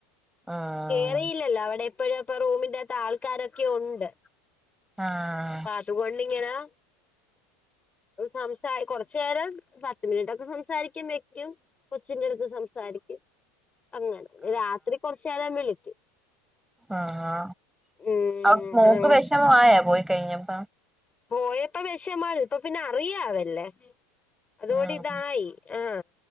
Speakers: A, in the centre; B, on the left.
A: ആഹ്
B: കേറിയില്ലല്ലോ അവിടെ എപ്പഴും അപ്പ റൂമിറത്ത് ആൾക്കാരൊക്കെ ഉണ്ട്
A: ആ.....
B: പതുക്കൊണ്ടിങ്ങനാ സംസാ കൊറച്ചു നേരം പത്ത് മിനിറ്റ് ഒക്കെ സംസാരിക്ക ക്കും വെക്കും കൊച്ചിന്റെ അടുത്ത് സംസാരിക്കും അങ്ങനെ രാത്രി കുറച്ചു നേരം വിളിക്കും
A: ആ ആ
B: ഉം
A: അവ് മോക്ക്
B: അങ്ങനെ.
A: വിഷമ ആയാ പോയി കഴിഞ്ഞപ്പ
B: പോയപ്പോ വിഷമാ ഇപ്പ പിന്നെ അറിയാവല്ലേ അതോടി
A: ഉം
B: ഇതായി ആ